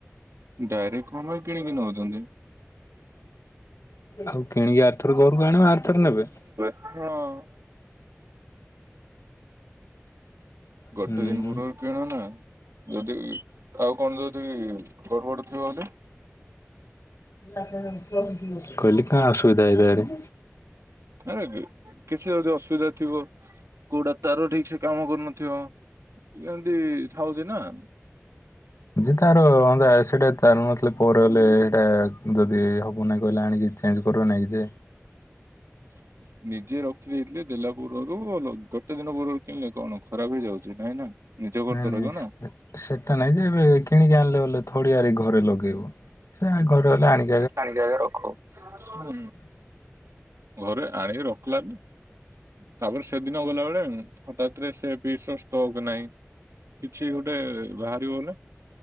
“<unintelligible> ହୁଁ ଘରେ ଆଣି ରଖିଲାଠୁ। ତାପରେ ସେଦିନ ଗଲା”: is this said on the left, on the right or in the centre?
Right